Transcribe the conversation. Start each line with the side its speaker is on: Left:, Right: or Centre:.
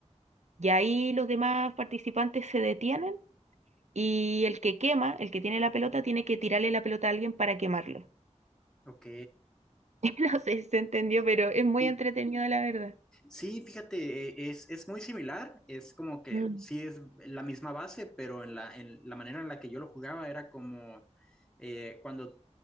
Right: Y ahí los demás participantes se detienen y el que quema, el que tiene la pelota, tiene que tirarle la pelota a alguien para quemarlo.
Centre: Ok.
Right: <laughs> No sé si se entendió, pero es muy
Centre: ¿Y,
Right: entretenido, la verdad.
Centre: Sí, fíjate, eh, es, es muy similar, es como que
Right: Mm.
Centre: sí es la misma base, pero en la, en la manera en la que yo lo jugaba era como eh, cuando